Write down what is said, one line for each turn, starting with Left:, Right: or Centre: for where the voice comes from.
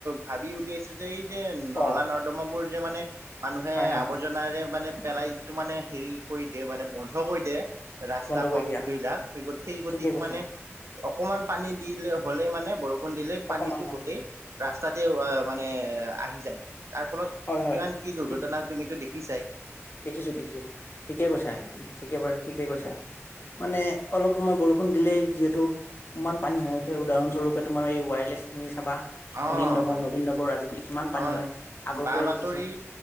Right: ভাবি উলিয়াইছো যে এই যে নলা
Left: অ
Right: নৰ্দমাপুৰ যে মানে মানুহে
Left: হয় হয়
Right: আৱৰ্জনাৰে
Left: হয়
Right: মানে পেলাই যিটো মানে হেৰি কৰি দিয়ে মানে বন্ধ কৰি দিয়ে ৰাস্তা
Left: বন্ধ
Right: পথ
Left: কৰি দিয়া
Right: দুলাক সেই সেই গতিকে
Left: ঠিকেই কৈছা
Right: মানে অকমান পানী দিলে হলে মানে বৰণ দিলে পানীতো
Left: অকমান পানী
Right: গোটেই ৰাস্তাত অ মানে আহি যায় তাৰ ফলত
Left: হয় হয়
Right: কিমান কি দুৰ্ঘটনা
Left: ঠিক
Right: তুমিতটো দে কি চাই
Left: দেখিছো দেখিছো ঠিকে কৈছা ঠিকে বাৰ ঠিকে কৈছা মানে অলপ সময় বৰষুণ দিলে যিহেতু ইমান পানী হৈ উঠে উদাহৰণ স্বৰূপে তোমাৰ এই ৱায়াৰলেছ খিনি চাবা
Right: অ
Left: অনিল নগৰ
Right: হয়
Left: নবীন নগৰ আজিকালি কিমান পানী
Right: হয়
Left: আগৰ
Right: বা
Left: পৰাই
Right: বাতৰি
Left: দেখিছো